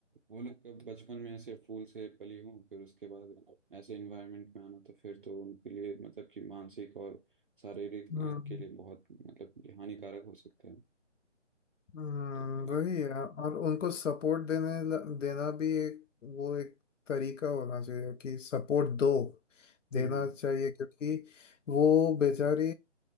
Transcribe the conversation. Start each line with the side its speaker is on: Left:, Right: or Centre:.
Right: वो लोग कब बचपन में ऐसे फूल से पली हों फिर उसके बाद ऐसे इन्वायरमेंट में आना तो फिर तो उनके लिए मतलब कि मानसिक और शारीरिक
Left: हम्म
Right: अ, के लिए बहुत मतलब कि हानिकारक हो सकता है
Left: हम्म,
Right: तो फिर
Left: वही है और उनको सपोर्ट देने ल- देना भी एक वो एक तरीका होना चाहिए कि सपोर्ट दो देना
Right: हम्म हम्म
Left: चाहिए क्योंकि वो बेचारी